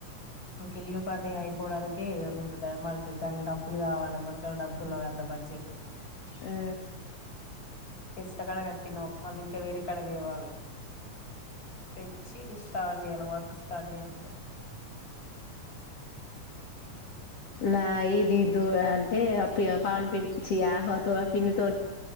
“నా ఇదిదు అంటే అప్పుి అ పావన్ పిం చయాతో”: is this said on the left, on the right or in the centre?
Left